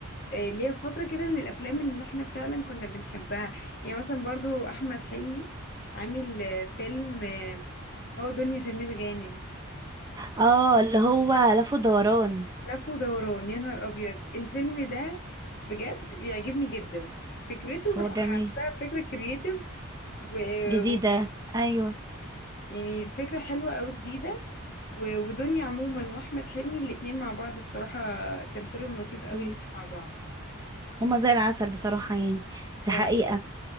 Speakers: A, on the left (about 45°); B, on the right (about 15°).
A: آه، ليه فتره كده من الافلام اللي احنا فعلا كنا بنحبها يعني مثلا برضو احمد حلمي عامل آه، فيلم آه، هو دنيا سمير غانم
B: اه اللي هو لف ودوران
A: لف ودوران يا نهار ابيض الفيلم ده بجد بيعجبني جدا فكرته
B: هو
A: بح-
B: جميل
A: حاساها فكره كرييتيف و...
B: جديدة
A: وبي...
B: ايوه
A: يعني الفكرة حلوة أوي جديدة و- ودنيا عموما وأحمد حلمي الاتنين مع بعض بصراحة تمثيلهم لطيف أوي
B: مم.
A: الاتنين مع بعض
B: هما زي العسل بصراحة يعني دي
A: اه
B: حقيقة